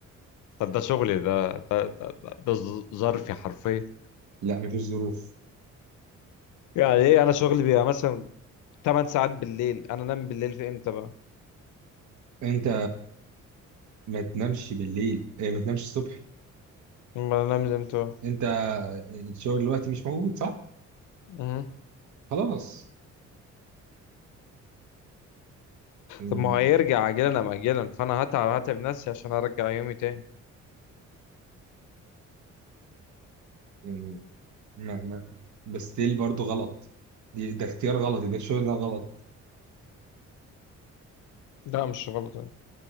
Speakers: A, on the left; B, on the right.
A: طب ده شغلي ده ده, ده, ده, ده ظ- ظرفي حرفيا
B: لا مفيش ظروف
A: يعني ايه انا شغلي بيبقى مثلا 8 ساعات بالليل انا انام بالليل في امتى بقى
B: انت ما تنامش بالليل إيه، ما تنامش الصبح
A: ما انا لازم امتى؟
B: انت الشغل دلوقتي مش موجود صح
A: مهم.
B: خلاص يعني
A: طب ما هو هيرجع اجلا ام اجلا فانا هتعب هتعب نفسي عشان ارجع يومي تاني
B: يعني ما ما بس still برضه غلط دي- ده اختيار غلط يبقى الشغل ده غلط
A: لا مش غلط يعني.